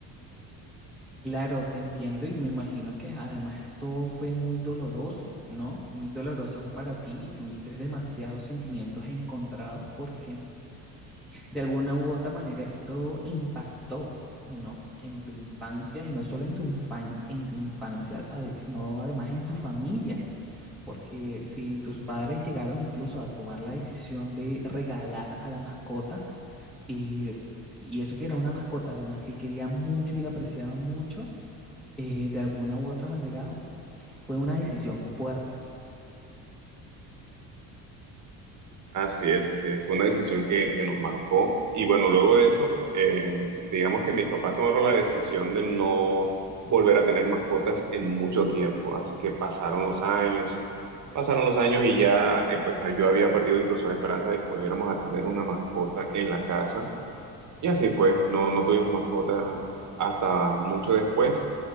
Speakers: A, in the centre; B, on the right.
A: Claro, te entiendo y me imagino que además esto fue muy doloroso, ¿no? Muy doloroso para ti y tuviste demasiados sentimientos encontrados porque de alguna u otra manera esto impactó, ¿no? En tu infancia y no solo en tu, infan- en tu infancia, ade- sino además en tu familia. Porque si tus padres llegaron incluso a tomar la decisión de regalar a la mascota, y, y eso que era una mascota además que quería mucho y apreciaba mucho, eh, de alguna u otra manera fue una decisión fuerte
B: Así es, así es. Fue una decisión que, que nos marcó. Y bueno, luego de eso, eh, digamos que mis papás tomaron la decisión de no volver a tener mascotas en mucho tiempo. Así que pasaron los años, pasaron los años y ya, eh, pues yo había perdido incluso la esperanza de que volviéramos a tener una mascota en la casa. Y así fue, no, no tuvimos mascota hasta mucho después